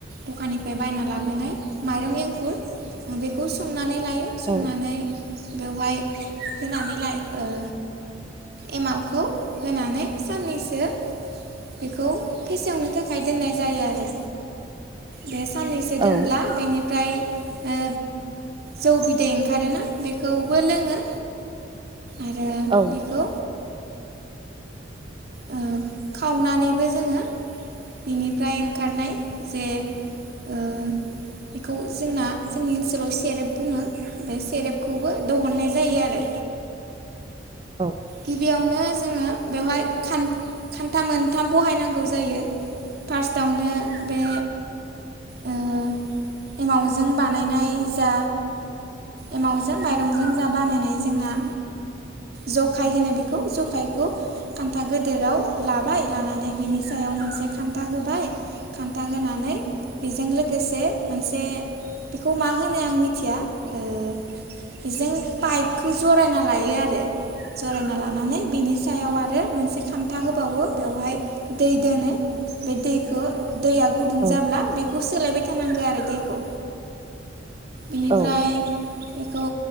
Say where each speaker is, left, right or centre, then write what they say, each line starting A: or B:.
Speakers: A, on the right; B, on the right.
A: दखाननिफ्राय बायना लाबोनाय माइरं एंखुर बेखौ संनानै लायो संनानै
B: औ
A: बेवहाय होनानै लायो ‌ओ एमावखौ होनानै साननैसो। बेखौ फेसेवनो थाखाय दोननाय जायो आरो बे साननैसो दोनब्ला
B: औ
A: बेनिफ्राय ओ जौ बिदै ओंखारोना बेखौबो लोङो। आरो
B: औ
A: बेखौ ओ‌ खावनानैबो जोङो बिनिफ्राय ओंखारनाय जे ओ बेखौ जोंना जोंनि ओनसोलावसेे सेरेब बुङो। बे सेरेपखौबो दिहुननाय जायो आरो।
B: औ
A: गिबियावनो जोङो बेवहाय खान-खानथा मोनथाम बाहायनांगौ जायो जायो। फार्स्टआवनो बे
B: <inaudible>
A: ओ एमावजों बानायनाय जा एमावजों माइरंजों जा बानायनाय जोंना। जखाय होनो बेखौ जखायखौ खान्थाागद गि दोराव लाबाय लानानै बिनि सायाव मोनसे खान्था होबाय खान्था होनानै बेजों लोगोसे मोनसे बेखौ मा होनो आं मिथिया ओ बेजों पाइपखौ जरायना लायो आरो जरायना लानानै बिनि सायाव आरो मोनसे खान्था बेवहाय दै दोनो बे दैखौ दैआ गुदुं
B: औ
A: जाब्ला बेखौ सोलायबाय थानांगौ आरो दैखौ। बिनिफ्राय
B: औ
A: बेखौ